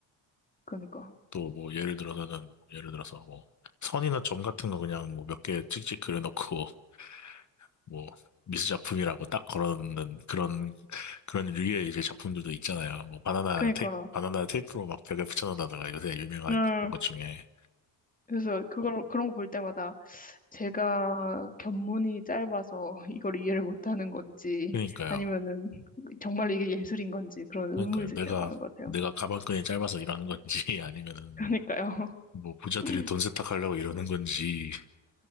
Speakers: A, on the left; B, on the left.
A: 그러니까
B: 또 뭐 예를 들어서는, 뭐 예를 들어서 뭐 선이나 점 같은 거 그냥 뭐 몇 개 찍찍 그려놓고, <laughs> 뭐 미술 작품이라고 딱 걸어놓는 그런, 그런 류의 이제 작품들도 있잖아요. 뭐 바나나
A: 그러니까
B: 테이프, 바나나 테이프로 막 벽에 붙여놓는다든가 요새 유명한
A: 음
B: 것 중에.
A: 그래서 그걸 그런 거 볼 때마다 제가 견문이 짧아서 <laughs> 이걸 이해를 못하는 건지
B: 그러니까요.
A: 아니면은 정말 이게 예술인 건지 그런 의문이
B: 그러니까요.
A: 들
B: 내가,
A: 때가 많은 것 같아요.
B: 내가 가방끈이 짧아서 이러는 건지, <laughs> 아니면은
A: 그러니까요.
B: 뭐, 뭐, 부자들이
A: <laughs>
B: 돈 세탁하려고 이러는 건지,